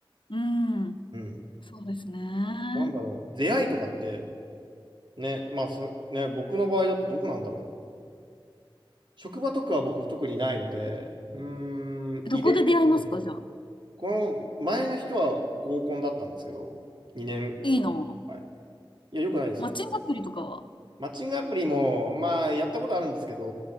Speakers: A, on the left (about 65°); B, on the right (about 60°).
A: うん。
B: うん。
A: そうですね。
B: なんだろう、出会いとかって、ね、まあ、そ、ね、僕の場合だとどこなんだろう。職場とかは僕特にないので、うーん、
A: どこで出会いますかじゃあ。
B: イベントとかね、この前の人は合コンだったんですけど、2年はんはい。
A: いいな。
B: いや、よくないですよ。
A: マッチングアプリとかは。
B: マッチングアプリも、まあ、やったことあるんですけど、